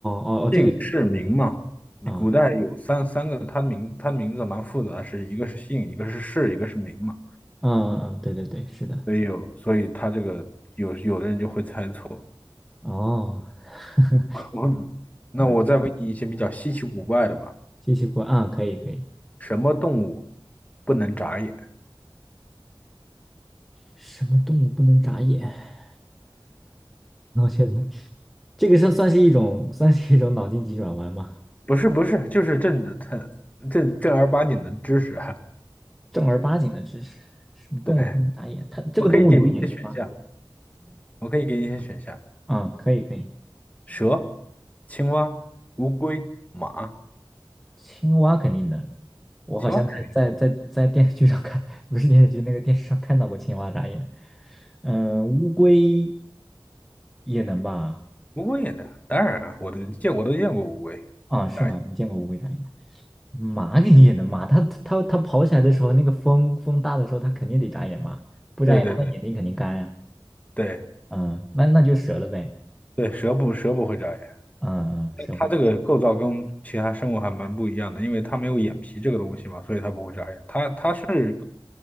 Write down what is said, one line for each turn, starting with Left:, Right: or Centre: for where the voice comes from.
Centre: 哦哦，
Left: 姓氏名嘛。
Centre: 这个意思啊，嗯
Left: 古代有三三个，他名他名字蛮复杂的是一个是姓，一个是氏，一个是名嘛。
Centre: 嗯嗯，对对对，是的，
Left: 所以有，所以他这个有有的人就会猜错。
Centre: 哦，<laughs>
Left: 我那我再问你一些比较稀奇古怪的吧，
Centre: 嗯，机器过啊，可以可以，
Left: 什么动物不能眨眼？
Centre: 什么动物不能眨眼？<laughs> 我觉得这个是算是一种算是一种脑筋急转弯吗？
Left: 不是不是，就是正正正正儿八经的知识哈。
Centre: 正儿八经的知识，什么动物不能眨眼？
Left: 对，
Centre: 它这个动物有眼睛吗？
Left: 我可以给你一些选项，我可以给你一些选项。
Centre: 啊、可以可以，
Left: 蛇、青蛙、乌龟、马，
Centre: 青蛙肯定能，我好像在在在在电视剧上看，
Left: 青蛙肯定，
Centre: <laughs> 不是电视剧，那个电视上看到过青蛙眨眼。嗯，乌龟也能吧？
Left: 乌龟也能，当然了，我都见我都见过乌龟眨眼。
Centre: 啊，是吗？你见过乌龟眨眼？马肯定也能嘛，它它它跑起来的时候，那个风风大的时候，它肯定得眨眼嘛，不眨眼它的眼睛肯定干呀、
Left: 对对对对
Centre: 嗯，那那就折了呗。
Left: 对，蛇不蛇不会眨眼，
Centre: 嗯嗯，
Left: 但它这个构造跟其他生物还蛮不一样的，
Centre: 蛇会的
Left: 因为它没有眼皮这个东西嘛，所以它不会眨眼。它它是